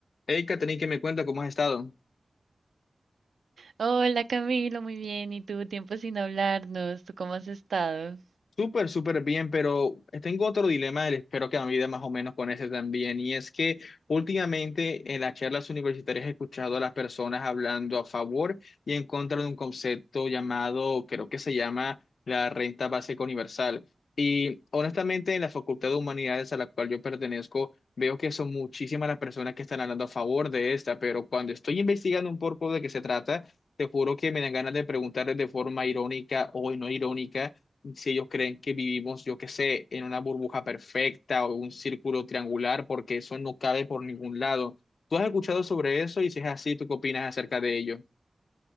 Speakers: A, on the left; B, on the right.
A: Hey, Katherine, ¿qué me cuenta? ¿Cómo has estado?
B: Hola Camilo, muy bien. ¿Y tú? Tiempo sin hablarnos. ¿Tú cómo has estado?
A: Súper, súper bien, pero tengo otro dilema espero que me ayude más o menos con ese también, y es que últimamente en las charlas universitarias he escuchado a las personas hablando a favor y en contra de un concepto llamado, creo que se llama la renta básica universal. Y honestamente en la Facultad de Humanidades a la cual yo pertenezco, veo que son muchísimas las personas que están hablando a favor de esta, pero cuando estoy investigando un poco de qué se trata, te juro que me dan ganas de preguntarles de forma irónica o no irónica si ellos creen que vivimos, yo qué sé, en una burbuja perfecta o un círculo triangular, porque eso no cabe por ningún lado. ¿Tú has escuchado sobre eso? Y si es así, ¿tú qué opinas acerca de ello?